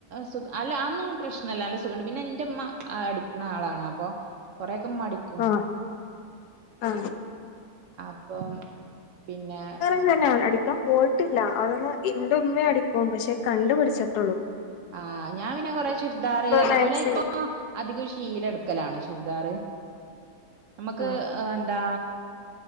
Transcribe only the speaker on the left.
ആഹ് ആഹ്
അത് തന്നെയ അടിക്കാൻ പോയിട്ടില്ല അതൊന്ന് ഇന്റുമ്മേം അടിക്കും പക്ഷെ കണ്ടു പടിച്ചിട്ടുള്ളൂ
മാക്സി
ആഹ്